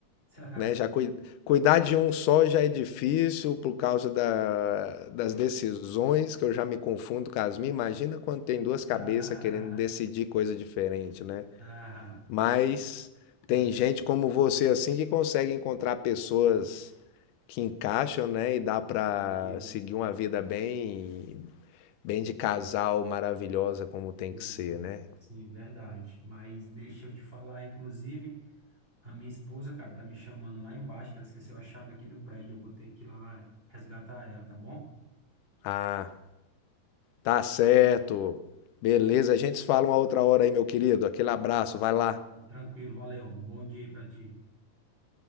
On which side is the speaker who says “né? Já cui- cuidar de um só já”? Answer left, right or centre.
Left